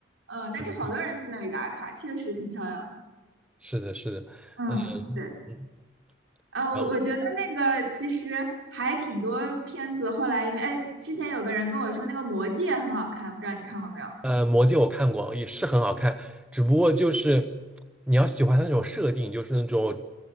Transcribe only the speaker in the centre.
对对
是的，是的，
嗯嗯。
嗯
然后。
呃，魔戒我看过，也是很好看，只不过就是你要喜欢它那种设定，就是那种